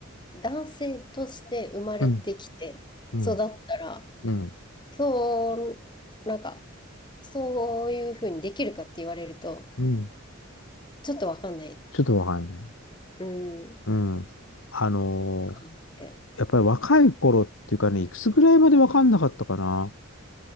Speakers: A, on the left; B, on the left.
A: 男性として生まれてきて育ったら、
B: うん、うん、うん、
A: そう、なんか、そういうふうにできるかって言われると、
B: うん。
A: ちょっとわかんない。
B: ちょっとわかんない。
A: うん、っ
B: うん。あのー
A: て。
B: やっぱり若い頃っていうかね、いくつぐらいまでわかんなかったかな。